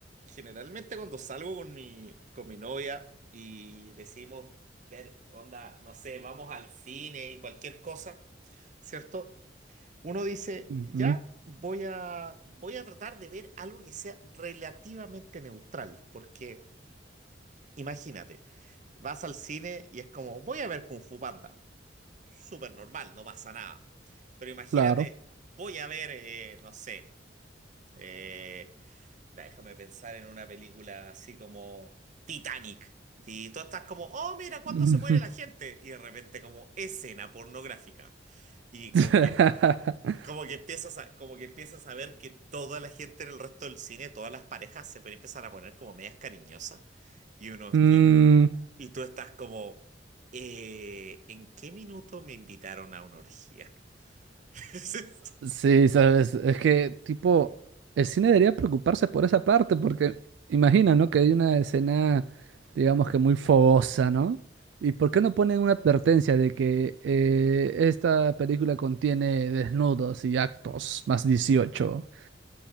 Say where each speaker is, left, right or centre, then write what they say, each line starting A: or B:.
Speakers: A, on the right; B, on the right.
A: generalmente cuando salgo con mi, con mi novia y decimos ver, onda, no sé, vamos al cine y cualquier cosa, ¿cierto? Uno dice,
B: Ujú,
A: ya voy a, voy a tratar de ver algo que sea relativamente neutral, porque imagínate, vas al cine y es como, voy a ver Kung Fu Panda, súper normal, no pasa nada. Pero imagínate,
B: claro.
A: voy a ver, eh, no sé, eh, Déjame pensar en una película así como Titanic. Y tú estás como, oh, mira, ¿cuándo
B: <laughs>
A: se muere la gente? Y de repente como escena pornográfica. Y
B: <laughs>
A: como que, como que empiezas a, como que empiezas a ver que toda la gente en el resto del cine, todas las parejas se pueden empezar a poner como medias cariñosas. Y uno,
B: Mm.
A: y, y tú estás como, "Eh, ¿en qué minuto me invitaron a una orgía? <laughs>
B: Sí, sabes, es que tipo, el cine debería preocuparse por esa parte, porque imagina, ¿no? Que hay una escena, digamos que muy fogosa, ¿no? ¿Y por qué no ponen una advertencia de que eh, esta película contiene desnudos y actos más 18,